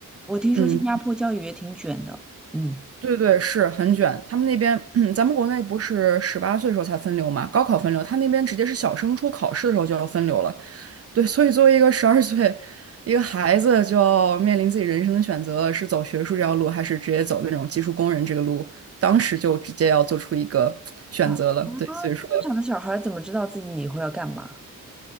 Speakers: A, in the centre; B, on the right.
A: 我听说新加坡教育也挺卷的，
B: 嗯，
A: 嗯
B: 对对，是很卷。他们那边，<clears throat> 咱们国内不是十八岁时候才分流嘛，高考分流，他那边直接是小升初考试的时候就要分流了。对，所以作为一个十二岁一个孩子，就要面临自己人生的选择了，是走学术这条路，还是直接走那种技术工人这个路，当时就直接要做出一个选择了。
A: 啊啊，
B: 对，所以说。
A: 正常的小孩儿怎么知道自己以后要干嘛？